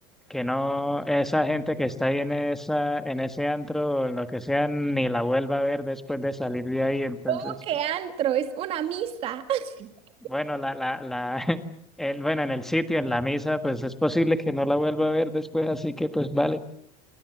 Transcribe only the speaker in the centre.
que no esa gente que está ahí en esa, en ese antro o en lo que sea, ni la vuelva a ver después de salir de ahí. Entonces,
pues,
bueno, la, la, la, <laughs> el, bueno, en el sitio, en la misa, pues es posible que no la vuelva a ver después, así que pues vale.